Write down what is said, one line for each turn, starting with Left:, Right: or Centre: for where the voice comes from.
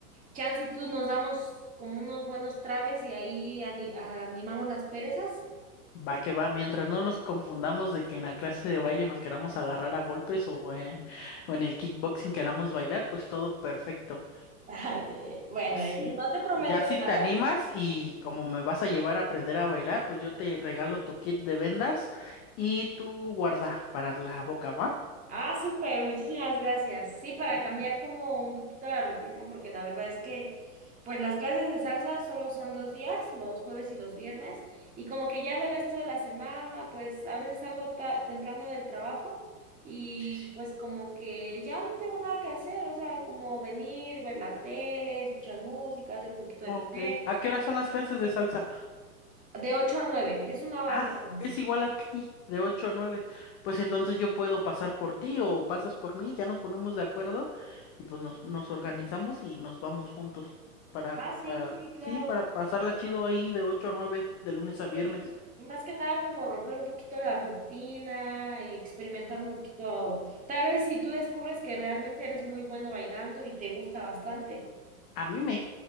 Right: Chance y tú nos damos como unos buenos traves y ahí ani- animamos las perezas.
Left: va que va. Mientras no nos confundamos de que en la clase de baile nos queramos agarrar a golpes o en, o en el kickboxing queramos bailar, pues todo perfecto.
Right: <laughs> Que- Bueno,
Left: Sí,
Right: eh, no te prometo
Left: ya si
Right: nada.
Left: te animas y como me vas a llevar a aprender a bailar, pues yo te regalo tu kit de vendas y tu guarda para la boca, ¿va?
Right: Ah, súper, muchísimas gracias. Sí, para
Left: Sí.
Right: cambiar como un poquito la rutina, porque la verdad es que, pues las clases de salsa solo son dos días, los jueves y los viernes, y como que ya de resto de la semana, pues a veces salgo ta- temprano del trabajo y
Left: Sí, sí.
Right: pues como que ya no tengo nada que hacer, o sea, como venir, ver la tele, escuchar música, hacer un poquito de
Left: Ok.
Right: café,
Left: ¿A qué hora son las clases de salsa?
Right: de 8 a 9, es una hora
Left: Ah,
Right: nada más.
Left: es igual aquí, de 8 a 9. Pues entonces yo puedo pasar por ti o pasas por mí, ya nos ponemos de acuerdo y pues nos, nos organizamos y nos vamos juntos para,
Right: Ah, sí,
Left: para,
Right: sí, claro.
Left: sí, para pasarla chido ahí de 8 a 9, de lunes a
Right: Sí,
Left: viernes.
Right: Y más que nada como romper un poquito la rutina, experimentar un poquito. Tal vez si tú descubres que realmente eres muy bueno bailando y te gusta bastante.
Left: A mí me